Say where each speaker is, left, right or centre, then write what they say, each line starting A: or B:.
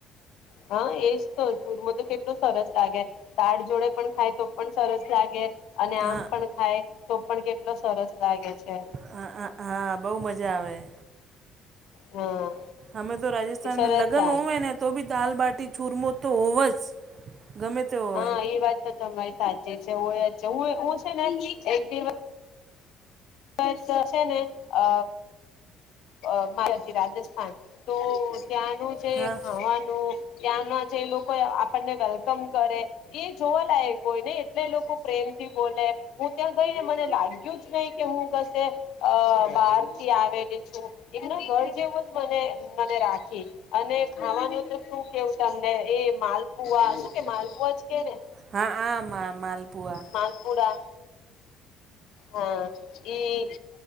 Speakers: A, on the left (about 65°); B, on the right (about 40°).
A: હા એજ તો ચૂરમાં તો કેટલું સરસ લાગે દાળ જોડે પણ ખાય તો પણ સરસ લાગે અને આમ
B: હા
A: પણ ખાય તો પણ કેટલો સરસ લાગે છે.
B: હા હા બહુ મજા આવે હે
A: હા.
B: હમે તો રાજસ્થાનમાં
A: એ સરસ
B: લગન
A: લાગે
B: હો વેને તો બી દાલ બાટી ચૂરમો તો હોવ જ ગમે તે હોય
A: હા એ વાત તો તમારી સાચી છે હોય જું હું છે ને એક દિવસ ને થશે ને અ અ માર રાજસ્થાન તો ત્યાંનું છે
B: હા
A: ખાવાનું ત્યાંના જે લોકો આપણને વેલકમ કરે એ જોવાલાયક કોઈને એટલે લોકો પ્રેમ થી બોલે હું ત્યાં ગઈને મને લાગ્યું. નઈ કે હું કશે અ બહાર થી આવેલી છું એમના ઘર જેવું મને મને રાખી અને ખાવાનું તો શું કેવું તમને એ માલપુઆ શું કે માલપુવા જ કે ને
B: હા હા. માં મા માલપુવા
A: માલપુરા હા ઈ